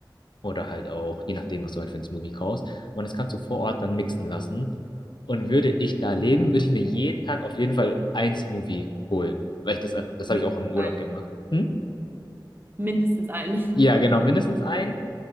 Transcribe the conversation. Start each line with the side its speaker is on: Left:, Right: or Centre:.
Left: oder halt auch, je nachdem, was du halt für einen Smoothie kaufst. Und das kannst du vor
Right: Mhm.
Left: Ort dann mixen lassen. Und würde ich da leben, würde ich mir jeden Tag auf jeden Fall ein Smoothie holen, weil ich das einfach, das
Right: Mindestens
Left: habe ich auch im Urlaub
Right: ein.
Left: gemacht. Hm?
Right: Mindestens ein. <laughs>
Left: Ja, genau, mindestens einen.